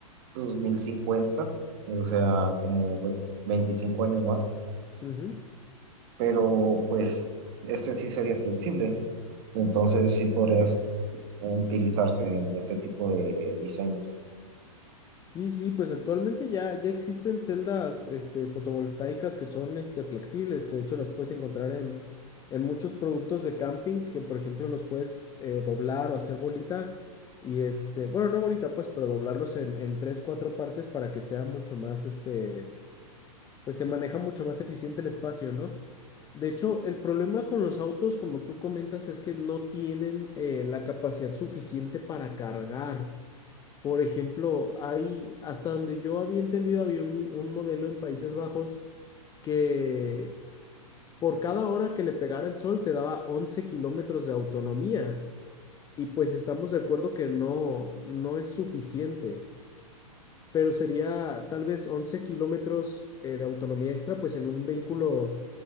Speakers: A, on the right; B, on the left.
A: dos mil cincuenta o sea, como ve- 25 años más,
B: Ujú.
A: pero pues este sí sería flexible, entonces sí podrías pues, utilizarse en este tipo de diseños.
B: Sí, sí, pues actualmente ya, ya existen celdas, este, fotovoltaicas que son, este, flexibles, que de hecho las puedes encontrar en, en muchos productos de camping, que por ejemplo los puedes eh, doblar o hacer bolita. Y este, bueno, no bolita, pues, pero doblarlos en, en tres, cuatro partes para que sea mucho más, este pues se maneja mucho más eficiente el espacio, ¿no? De hecho, el problema con los autos, como tú comentas, es que no tienen eh, la capacidad suficiente para cargar. Por ejemplo, hay, hasta donde yo había entendido, había un, un modelo en Países Bajos que por cada hora que le pegara el sol te daba 11 kilómetros de autonomía. Y pues estamos de acuerdo que no, no es suficiente pero sería tal vez 11 kilómetros eh, de autonomía extra, pues en un vehículo